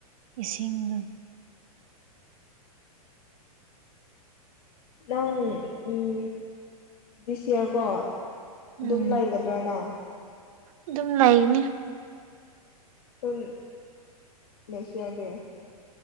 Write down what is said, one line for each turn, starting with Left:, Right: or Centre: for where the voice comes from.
Right: ꯏꯁꯤꯡꯅ
Left: ꯅꯪ ꯑꯡ ꯗꯤꯁ ꯏꯌꯥꯔ ꯀꯣ ꯑꯗꯨꯝ
Right: ꯎꯝ
Left: ꯂꯩꯒꯗ꯭ꯔꯅ
Right: ꯑꯗꯨꯝ ꯂꯩꯒꯅꯤ
Left: ꯇꯝ ꯂꯩꯁꯤꯌꯥ ꯗꯦ